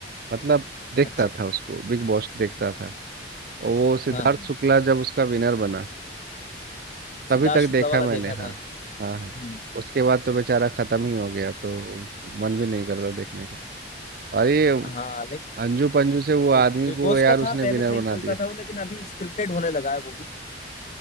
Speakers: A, on the right (about 55°); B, on the left (about 40°).
A: मतलब देखता
B: अच्छा
A: था उसको बिग बॉस देखता था और वो सिद्धार्थ
B: हाँ हाँ
A: शुक्ला जब उसका विनर बना तभी
B: सिद्धार्थ
A: तक
B: शुक्ला
A: देखा
B: वाला
A: मैंने
B: देखा
A: हाँ
B: था
A: हाँ
B: हम्म
A: हाँ उसके बाद तो बेचारा खत्म ही हो गया तो मन भी नहीं करता देखने का और ये
B: हाँ लेकिन
A: अंजू पंजू से वो
B: बिग
A: आदमी
B: बिग
A: को
B: बॉस
A: यार
B: का
A: उसने
B: था पहले
A: विनर
B: सही
A: बना
B: चलता
A: दिया
B: था वो लेकिन अभी स्क्रिप्टेड होने लगा है वो भी